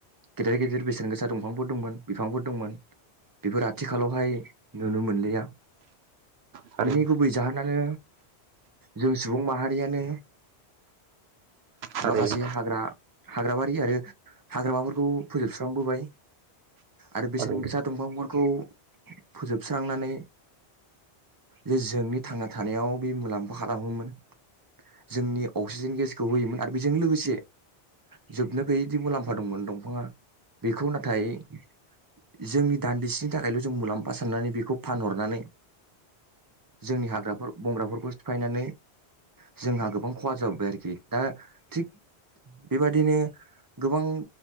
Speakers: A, on the right; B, on the right.
A: गेदेर- गेदेर बेसेन गोसा दंफांफोर दंमोन। बिफांफोर दंमोन। बेफोर आथिखालावहाय नुनो मोनलिया
B: थारैनो
A: बिनि गुबै जाहोनानो जों सुबुं माहा- रियानो।
B: थारैनो
A: माखासे हाग्रा- हाग्राबारि आरो हाग्रामाफोरखौ फोजोबस्रांबोबाय। आरो बेसेन
B: थारैनो
A: गोसा दंफांफोरखौ फोजोबस्रांनानै जे जोंनि थांना थानायाव बे मुलाम्फा खालामोमोन जोंनि अक्सिजेन गेसखौ होयोमोन आरो बेजों लोगोसे जोबनो गैयैदि मुलाम्फा दंमोन दंफाङा बेखौ नाथाय जोंनि दान्दिसेनि थाखायल जों मुलाम्फा साननानै बेखौ फानहरनानै जोंनि हाग्राफोर बंग्राफोरखौ सिफायनानै जोंहा गोबां खहा जाबोबाय आरोखि दा थिग बेबादिनो गोबां